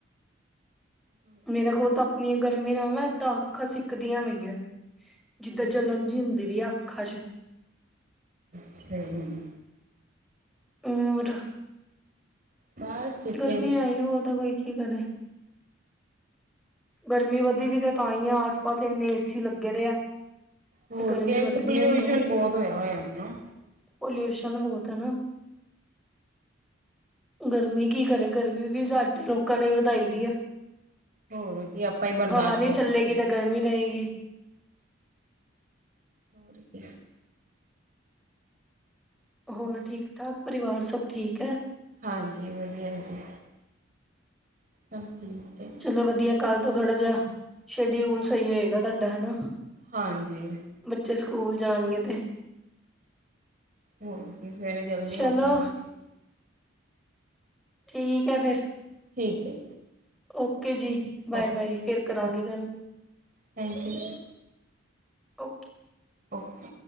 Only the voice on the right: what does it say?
ਹਮ
ਸਹੀ ਗੱਲ ਹ
ਬਸ ਠੀਕ
ਜੀ
ਹੋਰ
ਕੀ ਇੱਕ
ਪੋਲਿਊਸ਼ਨ
ਬਹੁਤ ਹੋਇਆ ਹੋਇਆ ਹਨ
ਹੋਰ ਕੀ ਆਪਾਂ ਹੀ ਬਰਦਾਸ਼ਤ
ਕਰਦੇ
ਪਏ
ਹੋਰ ਕੀ
ਹਾਂਜੀ ਵਧੀਆ ਜੀ ਸਭ ਠੀਕ ਹੈ
ਹਾਂਜੀ
ਹੋਰ ਕੀ ਸਵੇਰੇ ਜਲਦੀ
ਉੱਠਣਗੇ
ਠੀਕ ਹੈ
ਓਕੇ
ਬਾਏ
ਥੈਂਕ ਯੂ
ਓਕੇ